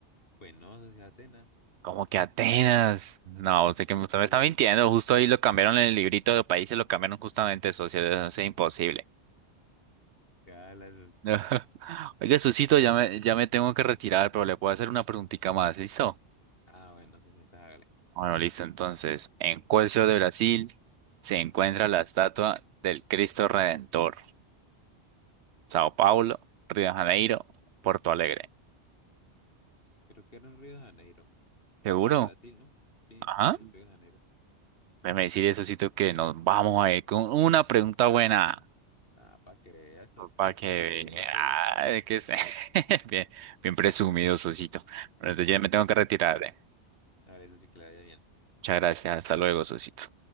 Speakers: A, on the left; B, on the right.
A: Pues no, socio, Atenas.
B: Como que Atenas. No, usted
A: Sí,
B: que usted
A: socio.
B: me está mintiendo. Justo ahí lo cambiaron en el librito de los países, lo cambiaron justamente socio. Eso es imposible.
A: Ya la socio.
B: <laughs> Oiga, Susito,
A: Pregunte.
B: ya me, ya me tengo que retirar, pero le puedo hacer una preguntita más, ¿listo?
A: Ah, bueno, socio, entonces hágale.
B: Bueno, listo. Entonces, ¿en cuál ciudad de Brasil se encuentra la estatua del Cristo Redentor? Sao Paulo, Río de Janeiro, Porto Alegre.
A: Creo que era en Río de Janeiro.
B: ¿Seguro?
A: Eso en Brasil, ¿no? Sí,
B: Ajá.
A: sí, en Río de Janeiro.
B: Déjeme decirle, Susito, que nos vamos a ir con una pregunta buena.
A: Ah, para que eso, si
B: Para
A: es
B: que
A: que lo hace bien,
B: vea,
A: lo hace bien.
B: que es <laughs> bien, bien presumido, Sosito. Bueno, entonces yo ya me tengo que retirar. eh.
A: Hágale, socio, que le vaya bien.
B: Muchas gracias. Hasta luego, Sosito.